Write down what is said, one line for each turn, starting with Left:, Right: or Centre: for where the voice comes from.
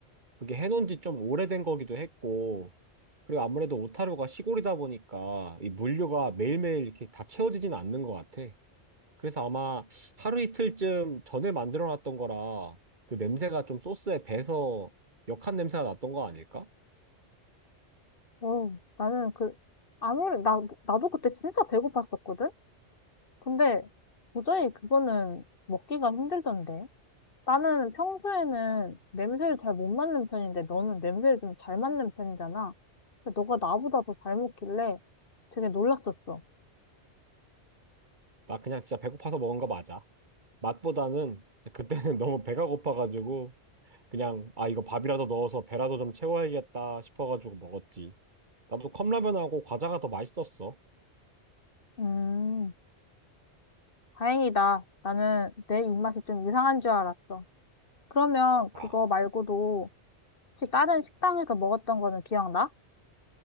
Right: 그게 해놓은 지 좀 오래된 거기도 했고, 그리고 아무래도 오타루가 시골이다 보니까 이 물류가 매일매일 이렇게 다 채워지진 않는 것 같아. 그래서 아마 하루 이틀쯤 전에 만들어 놨던 거라 그 냄새가 좀 소스에 배서 역한 냄새가 났던 거 아닐까?
Left: 어, 나는 그, 아무리, 나, 나도 그때 진짜 배고팠었거든? 근데 도저히 그거는 먹기가 힘들던데. 나는 평소에는 냄새를 잘 못 맡는 편인데 너는 냄새를 좀 잘 맡는 편이잖아. 근데 너가 나보다 더 잘 먹길래 되게 놀랐었어.
Right: 나 그냥 진짜 배고파서 먹은 거 맞아. 맛보다는 그때는 <laughs> 너무 배가 고파가지고 그냥 아 이거 밥이라도 넣어서 배라도 좀 채워야겠다 싶어가지고 먹었지. 나도 컵라면하고 과자가 더 맛있었어.
Left: 음, 다행이다. 나는 내 입맛이 좀 이상한 줄 알았어. 그러면
Right: 아
Left: 그거 말고도 혹시 다른 식당에서 먹었던 거는 기억나?